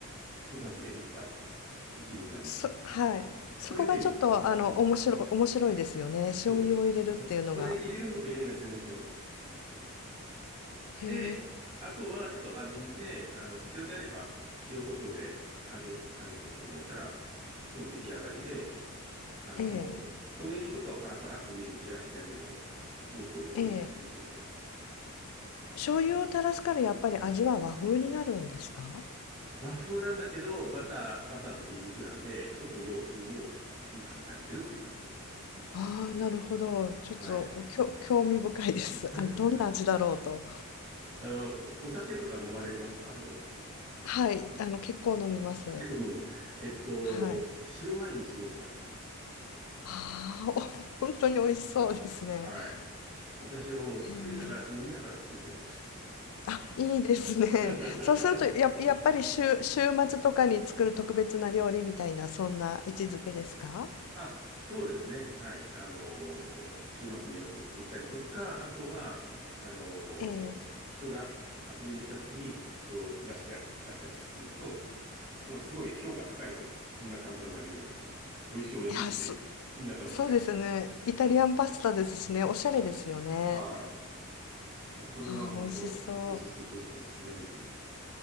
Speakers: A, on the right; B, on the left.
A: 小さじで1杯。一人前につき。
B: そ、はい。そこがちょっとあの面白い、
A: それでいいです。うん。
B: 面白いですよね。醤油を入れるっていうのが。
A: そうそ。それ入れるのと入れない全然違うんですよ。で、
B: へえ、
A: あとはちょっと味見て、あの、必要であれば塩コショウで味をと軽く整えたら、もう出来上がりで、あの小ネギとかをパラパラっと上に散らしてあげると、
B: ええ、
A: すごくおい、おいしい、
B: ええ。
A: おいしいですよ。
B: 醤油を垂らすからやっぱり味は和風になるんですか？
A: 和風なんだけど、バター、バターとニンニクなんで、ちょっと洋風もミックスされてるっていう感じですかね。
B: ああ、なるほど。ちょっと、
A: はい。
B: きょ興味深いです。
A: <laughs>
B: <laughs> あ、どんな味だろうと。
A: あの、お、お酒とか飲まれますか直お子さんは。
B: はい、あの、結構飲みます。
A: 結構飲む。えっと、
B: はい。
A: 白ワインにすごく合いますね。
B: ああ、<laughs> お本当に美味しそうですね。
A: はい。私はもう作りながら、
B: へえ。
A: 飲みながら作ってます。
B: あ、いいですね。
A: <laughs>
B: そうすると、ややっぱり週週末とかに作る特別な料理みたいな、そんな位置づけですか？
A: あ、そうですね。はい。あのー週末によく作ったりとか、あとは、あのー人が遊びに来た時に、
B: ええ。
A: それを出して、出したりすると、すごい、すごい評価高いですよ。こんな簡単な料理なのに。美味しい、美味しいって言って、
B: いや、そ
A: みんな食べてくれる。
B: そうですね。イタリアンパスタですしね、おしゃれですよね。
A: はい。はい。これは本当お、
B: ああ、美味しそう。
A: おすす、おす、おすすめですね。